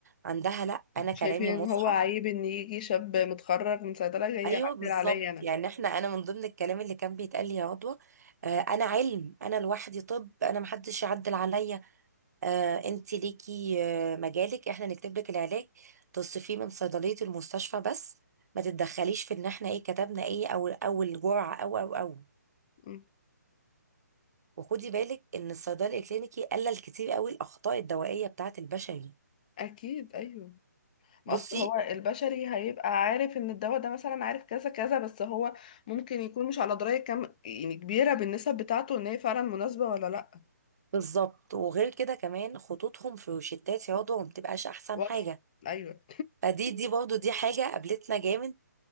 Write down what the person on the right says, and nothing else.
عندها لا أنا كلامي
مصحى
أيوه
بالظبط
يعني احنا أنا من ضمن الكلام اللي كان بيتقال لي يا عضوة آه أنا علم أنا لوحدي طب أنا محدش يعدل عليا آه أنت ليكي آه مجالك احنا نكتب لك العلاج تصرفيه من صيدلية المستشفى بس ما تتدخليش في إن احنا إيه كتبنا إيه أو أو الجرعة أو أو أو
وخدي بالك إن الصيدلي الكلينيكي قلل كتير قوي الأخطاء الدوائية بتاعة البشري
بصي
بالظبط وغير كده كمان خطوطهم في روشتات في عضو ما بتبقاش احسن
حاجه
فدي دي برضو دي حاجه قابلتنا جامد